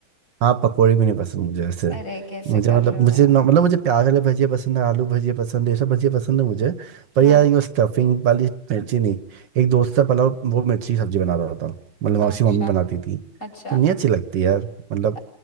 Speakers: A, on the right (about 65°); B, on the left (about 40°).
A: हाँ पकौड़ी भी नहीं पसंद मुझे ऐसे
B: अरे कैसे
A: मुझे
B: कर
A: मतलब
B: रहे हो
A: मुझे
B: यार
A: नॉ- मतलब मुझे प्याज वाले भजिया पसंद है आलू भजिया पसंद है ये सब भजिया पसंद है मुझे पर
B: हाँ
A: यार ये स्टफिंग वाली मिर्ची नहीं एक दोस्त का पलाव वो मिर्ची की सब्जी बना रहा था मतलब
B: अच्छा
A: उसकी मम्मी बनाती थी
B: अच्छा
A: तो नहीं अच्छी लगती यार मतलब
B: अ-